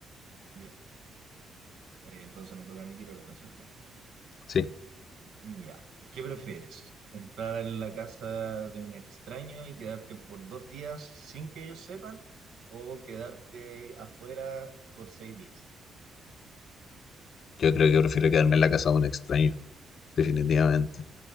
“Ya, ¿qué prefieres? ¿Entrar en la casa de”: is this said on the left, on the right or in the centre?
Right